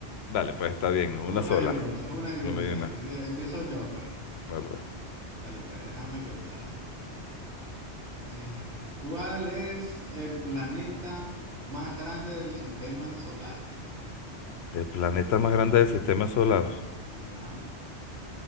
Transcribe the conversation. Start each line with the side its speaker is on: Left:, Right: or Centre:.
Left: Dale, pues está bien, una
Right: Una
Left: sola.
Right: y una, una y
Left: Una
Right: una.
Left: y una.
Right: Y de- Empiezo yo, pues.
Left: vale
Right: Dale, pues, déjame pensar. Eh, ¿cuál es el planeta más grande del sistema solar?
Left: El planeta más grande del sistema solar.
Right: Ajá.